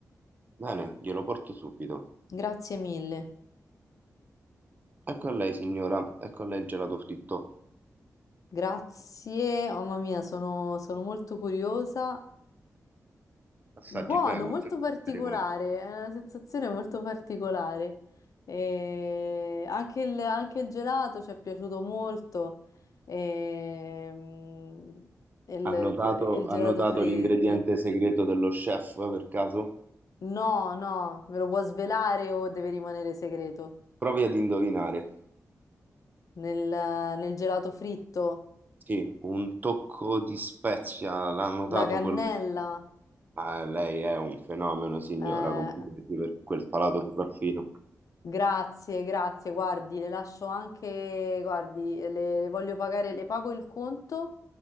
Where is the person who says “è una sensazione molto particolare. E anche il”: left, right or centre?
Left